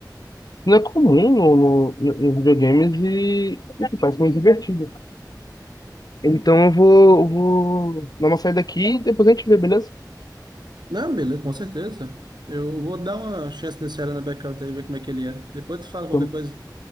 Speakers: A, on the left; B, on the right.
A: Não é comum no, no, nos videogames e, e que parece muito divertido. Então eu vou, eu vou dar uma saída aqui e depois a gente vê, beleza?
B: Não, beleza, com certeza. Eu vou dar uma chance nesse Arana Blackout aí, ver como é que ele é. Depois tu fala qualquer
A: Tamo,
B: coisa.